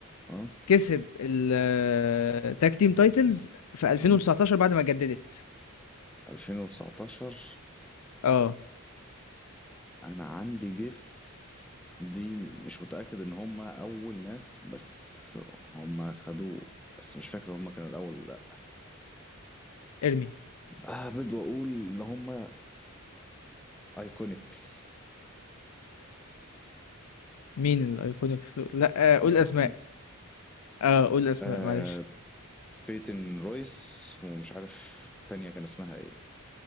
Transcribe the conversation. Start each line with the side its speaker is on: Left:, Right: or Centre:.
Centre: اه
Left: كسب التاج تيم تايتلز في 2019
Centre: اه
Left: بعد ما جددت
Centre: 2019
Left: اه
Centre: انا عندي جس دي مش متأكد ان هم اول ناس بس هم خدوه بس مش فاكر هم كانوا الاول ولا لا
Left: ارمي
Centre: اهبد واقول ان هما ايكونكس
Left: مين الايكونيكس دول لا آه،
Centre: اصلا
Left: قول اسماء اه قول اسماء
Centre: آه
Left: معلش
Centre: بيتن رويس ومش عارف التانية كان اسمها ايه